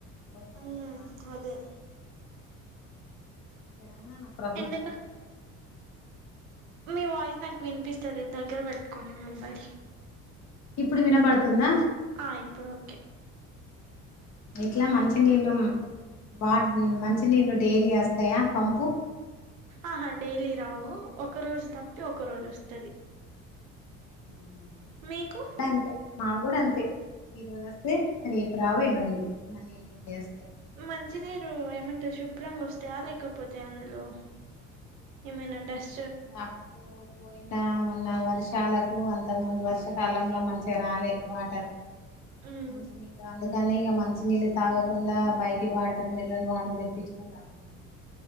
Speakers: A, on the left (about 40°); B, on the right (about 70°).
A: కొరతలు
B: ఉమ్
A: చాన
B: అదే
A: తెలంగాణ ప్రభుత్వంల
B: ఎండక మీ వాయిస్ నాక్ వినిపిస్తలేద్ దగ్గర బెట్టుకోండి మొబైల్
A: ఇప్పుడు వినబడుతుంద
B: ఆ ఇప్పుడు ఒకే
A: ఎట్ల మంచి నీళ్ళు ఉమ్ వాడ్ మంచినీళ్ళు డేలి వస్తాయ పంపు
B: అహా డేలీ రావు ఒక రోజు తప్పితె ఒక రోజు ఒస్తది
A: <unintelligible>
B: మీకు
A: మాకు గుడ అంతే ఈ రోజు అస్తే రేపు రావు ఎల్లుండి మళ్ళీ ఎల్లుండి వస్తె
B: మంచి నీరు ఏమంటే శుభ్రంగ ఒస్తయ లేకపోతే అందులో ఏమైన డస్
A: <unintelligible> నా మొన్న వర్షాలకూ అంతకు ముందు వర్షాకాలంల మంచిగ రాలే వాటర్
B: మ్మ్
A: మంచి నీళ్లు <unintelligible> కనీ ఇగ మంచి నీళ్ళు తాగకుండా బయటి వాటర్ మిన్రల్ వాటర్ దెప్పిచుకొని దాగుతం <unintelligible>